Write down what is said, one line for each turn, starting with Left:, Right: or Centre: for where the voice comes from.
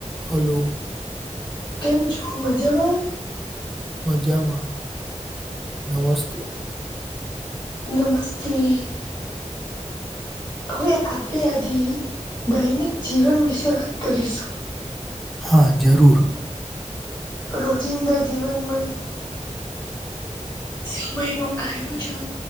Centre: Hello.
Left: કેમ છો મજામાં?
Centre: મજામાં, નમસ્તે.
Left: નમસ્તી હવે, આપણે આજે દૈનિક જીવન, વિશે વાત કરીશું
Centre: હા, જરૂર
Left: રોજિંદા જીવનમાં સમય નું આયોજન,